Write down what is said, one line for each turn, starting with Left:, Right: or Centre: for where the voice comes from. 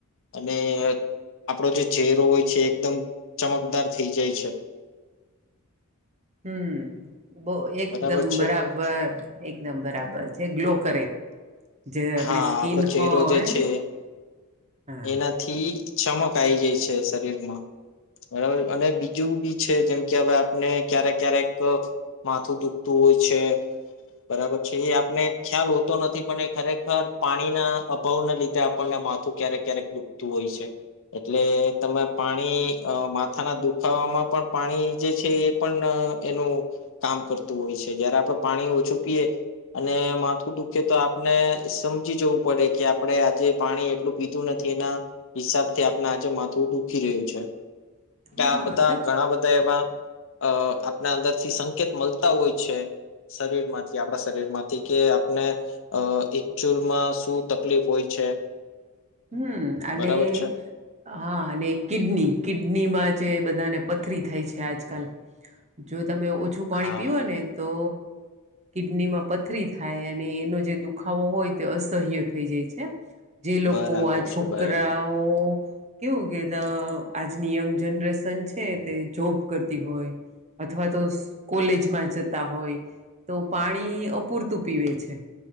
Left: અને આપણો જે ચહેરો હોય છે એકદમ ચમકદાર થઈ જાય છે
Right: હમ બહ એકદમ
Left: બરાબર છે
Right: બરાબર એકદમ બરાબર છે ગ્લો કરે જે આપડી
Left: હા
Right: સ્કીિન
Left: આપણો ચહેરો
Right: હોય
Left: જે છે
Right: હા
Left: એનાથી ચમક આવી જાય છે શરીરમાં બરાબર અને બીજું બી છે જેમ કે હવે આપને ક્યારેક ક્યારેક માથું દુખતું હોય છે બરાબર છે એ આપને ખ્યાલ હોતો નથી પણ એ ખરેખર પાણીના અભાવને લીધે આપણને તો ક્યારેક ક્યારેક દુખતું હોય છે એટલે તમે પાણી માથાના દુખાવામાં પણ પાણી પાણી જે છે એ પણ એનું કામ કરતું હોય છે જયારે આપડ પાણી ઓછું પીએ અને માથું દુખે તો આપને સમજી જવું પડે કે આપડે આજે પાણી એટલું પીતું નથી એના હિસાબથી આપણે આજે માથું દુખી રહ્યું છે
Right: હા
Left: કે આ બધા
Right: સા
Left: ઘણા બધા એવા અ આપણા અંદરથી સંકેત મળતા હોય છે શરીર માંથી આપણા શરીર માંથી કે આપને અ એકચુઅલમાં શું તકલીફ હોય છે
Right: હમ અને
Left: બરાબર છે
Right: હા અને કિડની કિડનીમાં જે એ બધાને પથરી થાય છે આજકાલ જો તમે ઓછું
Left: હા
Right: પાણી પીઓ ને તો કિડનીમાં પથરી થાય અને એનો જે દુખાવો હોય તે અસહ્ય થઈ જાય છે જે લોકો
Left: બરાબર
Right: આ છોકરાઓ
Left: છે બરાબર
Right: કેવું કેતા આજની યંગ જનરેશન છે તે જોબ કરતી હોય અથવા તો કોલેજમાં જતા હોય તો પાણી અપૂરતું પીવે છે